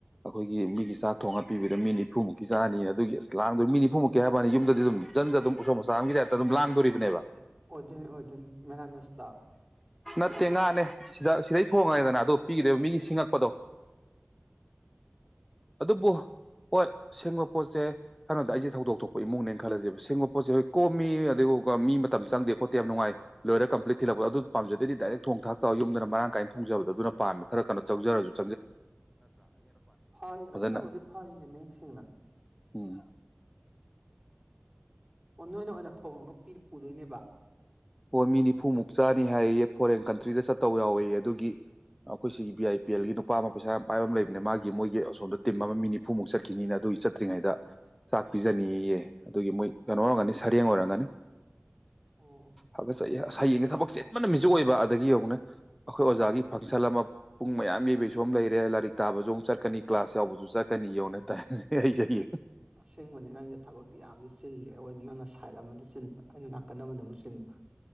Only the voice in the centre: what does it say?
ꯑꯈꯣꯏꯒꯤ ꯃꯤꯒꯤ ꯆꯥꯛ ꯊꯣꯡꯉ ꯄꯤꯕꯗ ꯃꯤ ꯅꯤꯐꯨꯃꯨꯛꯀꯤ ꯆꯥꯅꯤ ꯑꯗꯨꯒꯤ ꯑꯁ ꯂꯥꯡꯗꯨ ꯃꯤ ꯅꯤꯐꯨꯃꯨꯛ ꯀꯌꯥ ꯌꯨꯝꯗꯗꯤ ꯑꯗꯨꯝ ꯆꯟꯗ ꯑꯗꯨꯝ ꯎꯁꯣꯞꯃꯆꯥ ꯑꯃꯒꯤ ꯇꯥꯏꯞꯇ ꯑꯗꯨꯝ ꯂꯥꯡꯗꯣꯔꯤꯕꯅꯦꯕ
ꯅꯠꯇꯦ ꯉꯥꯅꯦ ꯁꯤꯗ ꯁꯤꯗꯩ ꯊꯣꯡꯉꯦꯗꯅ ꯑꯗꯣ ꯄꯤꯈꯤꯗꯕ ꯃꯤꯒꯤ
ꯁꯤꯡꯉꯛꯄꯗꯣ ꯑꯗꯨꯕꯨ ꯍꯣꯏ ꯁꯦꯡꯕ ꯄꯣꯠꯁꯦ ꯀꯩꯅꯣꯗ ꯑꯩꯁꯦ ꯊꯧꯗꯣꯛ ꯊꯣꯛ ꯍꯣꯏ ꯏꯃꯨꯡꯅꯦꯅ ꯈꯜꯂꯁꯦꯕ ꯁꯦꯝꯕ ꯄꯣꯠꯁꯦ ꯍꯣ ꯀꯣꯝꯃꯤ ꯑꯗꯒꯤ ꯃꯤ ꯃꯇꯝ ꯆꯪꯗꯦ ꯈꯣꯠꯇꯦ ꯌꯥꯝ ꯅꯨꯡꯉꯥꯏ ꯂꯣꯏꯔ ꯀꯝꯄ꯭ꯂꯤꯠ ꯊꯤꯜꯂꯛꯄꯗ ꯑꯗꯨ ꯄꯥꯝꯖꯗꯦꯗꯤ ꯗꯥꯏꯔꯦꯛ ꯊꯣꯛ ꯊꯥꯛꯇꯧꯔ ꯌꯨꯝꯗꯅ ꯃꯔꯥꯡ ꯀꯥꯏꯅ ꯊꯣꯡꯖꯕꯗꯣ ꯑꯗꯨꯅ ꯄꯥꯝꯃꯦ ꯈꯔ ꯀꯩꯅꯣ ꯇꯧꯖꯔꯁꯨꯅꯦ
ꯐꯖꯅ
ꯎꯝ
ꯍꯣꯏ ꯃꯤ ꯅꯤꯐꯨꯃꯨꯛ ꯆꯥꯅꯤ ꯍꯥꯏꯌꯦ ꯐꯣꯔꯦꯟ ꯀꯟꯇ꯭ꯔꯤꯗ ꯆꯠꯇꯧ ꯌꯥꯎꯋꯦꯌꯦ ꯑꯗꯨꯒꯤ ꯑꯩꯈꯣꯏ ꯁꯤꯒꯤ ꯕꯤ ꯑꯥꯏ ꯄꯤ ꯑꯦꯜꯒꯤ ꯅꯨꯄꯥ ꯑꯃ ꯄꯩꯁꯥ ꯌꯥꯝ ꯄꯥꯏꯕ ꯑꯃ ꯂꯩꯕꯅꯦ ꯃꯥꯒꯤ ꯃꯣꯏꯒꯤ ꯑꯁꯣꯝꯗ ꯇꯤꯝ ꯑꯃ ꯃꯤ ꯅꯤꯐꯨꯃꯨꯛ ꯆꯠꯈꯤꯅꯤꯅ ꯑꯗꯨꯒꯤ ꯆꯠꯇ꯭ꯔꯤꯉꯩꯗ ꯆꯥꯛ ꯄꯤꯖꯅꯤꯑꯌꯦ ꯑꯗꯨꯒꯤ ꯃꯣꯏ ꯀꯩꯅꯣ
ꯑꯣꯏꯔꯝꯒꯅꯤ ꯁꯔꯦꯡ ꯑꯣꯏꯔꯝꯒꯅꯤ
ꯍꯥꯒꯠꯆꯩ ꯑꯁ ꯍꯌꯦꯡꯁꯦ ꯊꯕꯛ ꯆꯤꯟꯕ ꯅꯨꯃꯤꯠꯁꯨꯨ ꯑꯣꯏꯕ ꯑꯗꯒꯤ ꯌꯧꯅꯦ ꯑꯩꯈꯣꯏ ꯑꯣꯖꯥꯒꯤ ꯐꯪꯁꯟ ꯑꯃ ꯄꯨꯡ ꯃꯌꯥꯝ ꯌꯩꯕꯩꯁꯨ ꯑꯃꯝ ꯂꯩꯔꯦ ꯂꯥꯏꯔꯤꯛ ꯇꯥꯕꯁꯨ ꯑꯃꯨꯛ ꯆꯠꯀꯅꯤ ꯀ꯭ꯂꯥꯁ ꯌꯥꯎꯕꯁꯨ ꯆꯠꯀꯅꯤ ꯌꯧꯅ ꯇꯥꯏꯁꯦ ꯑꯩꯁꯦ ꯍꯌꯦꯡ